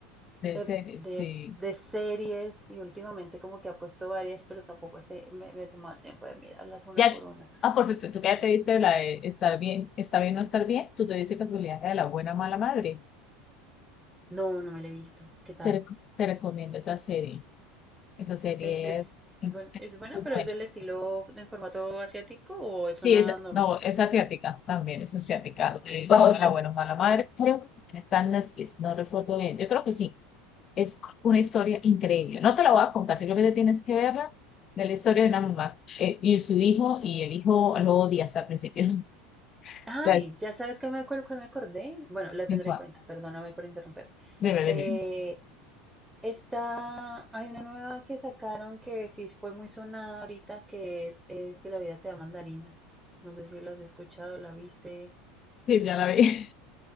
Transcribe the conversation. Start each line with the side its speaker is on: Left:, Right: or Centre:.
Left: De
Centre: de,
Left: series,
Centre: de,
Left: sí.
Centre: de series y últimamente como que ha puesto varias, pero tampoco este, me, me he tomado el tiempo de mirarlas una
Left: Ya,
Centre: por una.
Left: ah, por cierto, tú que ya te viste la de estar bien, está bien no estar bien, tú te viste casualidad la de la buena mala madre.
Centre: No, no me la he visto. ¿Qué tal?
Left: Te, reco- te recomiendo esa serie. Esa serie
Centre: ¿Es, es,
Left: es, es
Centre: es buen- es buena,
Left: muy
Centre: pero
Left: buena.
Centre: es del estilo en formato asiático o es
Left: Sí,
Centre: una
Left: es,
Centre: normal?
Left: no, es asiática también, es asiática. Eh, La buena bueno, mala madre. Creo que está en Netflix, no recuerdo bien. Yo creo que sí. Es una historia increíble. No te la voy a contar, sino que te tienes que verla de la historia de una mamá eh, y su hijo, y el hijo lo odia hasta el principio. <laughs>
Centre: Ay,
Left: O sea, es,
Centre: ya sabes que me, acuer- cuál me acordé. Bueno, la tendré
Left: es guau.
Centre: en cuenta, perdóname por interrumpir.
Left: Dime,
Centre: Eh,
Left: dime.
Centre: esta, hay una nueva que sacaron que sí fue muy sonada ahorita, que es, eh, Si la vida te da mandarinas. No sé si la has escuchado, la viste.
Left: Sí, ya la vi.